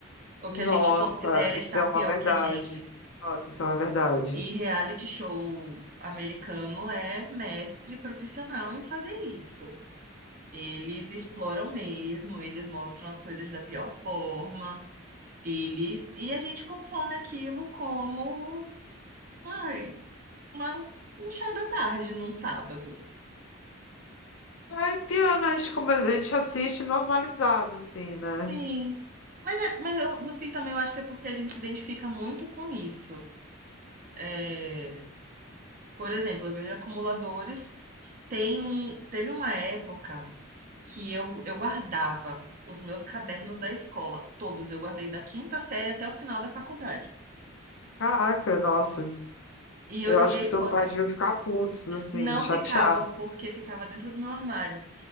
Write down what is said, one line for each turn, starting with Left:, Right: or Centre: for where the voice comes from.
Right: Ou
Left: Nossa,
Right: que a gente considera
Left: isso
Right: estar
Left: é uma
Right: pior
Left: verdade.
Right: que a gente.
Left: Nossa, isso é uma verdade.
Right: E reality show americano é mestre profissional em fazer isso. Eles exploram mesmo, eles mostram as coisas da pior forma, eles e a gente consome aquilo como, ai, uma, um chá da tarde num sábado.
Left: É, piano, a gente, come- a gente assiste normalizado, assim, né?
Right: Sim. Mas, é, mas eu, no fim também eu acho que é porque a gente se identifica muito com isso. É, por exemplo, eu vejo acumuladores. Tem, teve uma época que eu, eu guardava os meus cadernos da escola, todos. Eu guardei da quinta série até o final da faculdade.
Left: Caraca, nossa.
Right: E eu
Left: Eu
Right: joguei
Left: acho que
Right: fora.
Left: seus pais deviam ficar putos, assim,
Right: Não
Left: chateados.
Right: ficavam porque ficava dentro do meu armário.